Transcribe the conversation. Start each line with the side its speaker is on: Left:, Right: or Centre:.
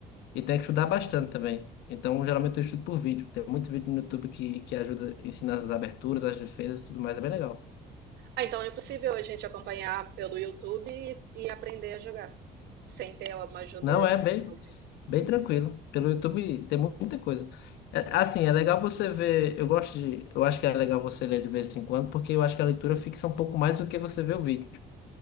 Left: E tem que estudar bastante também. Então, geralmente eu estudo por vídeo. Tem muito vídeo no YouTube que, que ajuda, ensina as aberturas, as defesas e tudo mais. É bem legal.
Right: Ah, então é possível a gente acompanhar pelo YouTube e, e aprender a jogar, sem ter uma ajuda
Left: Não, é
Right: de
Left: bem,
Right: alguém.
Left: bem tranquilo. Pelo YouTube tem mu- muita coisa. É, assim, é legal você ver. Eu gosto de. Eu acho que é legal você ler de vez em quando, porque eu acho que a leitura fixa um pouco mais do que você vê o vídeo.